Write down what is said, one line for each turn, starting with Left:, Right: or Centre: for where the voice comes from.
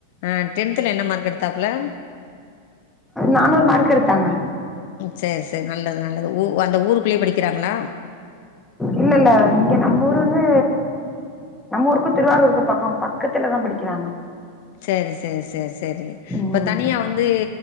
Left: ஆஹ் டென்த்ல என்ன மார்க் எடுத்தாப்புல?
Centre: நானூறு மார்க் எடுத்தாங்க
Left: சரி சரி நல்லது நல்லது ஊ அந்த ஊருக்குள்ளேயே படிக்கிறாங்களா?
Centre: இல்ல இல்ல இங்க நம்ம ஊரு வந்து நம்ம ஊருக்கு திருவாரூருக்கு பக்கம் பக்கத்துலதா படிக்கிறாங்க.
Left: சரி சரி சரி சரி
Centre: ம்
Left: இப்ப தனியா வந்து